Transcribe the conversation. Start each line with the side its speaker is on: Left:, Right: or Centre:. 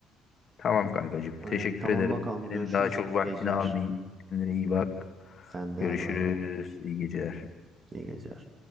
Left: Tamam kankacığım.
Right: Öyle.
Left: Teşekkür
Right: Tamam
Left: ederim.
Right: bakalım
Left: Senin
Right: görüşürüz.
Left: daha çok
Right: İyi
Left: vaktini
Right: geceler.
Left: almayayım. Kendine iyi bak.
Right: Sen de
Left: Görüşürüz.
Right: hadi bay bay.
Left: İyi geceler.
Right: İyi geceler.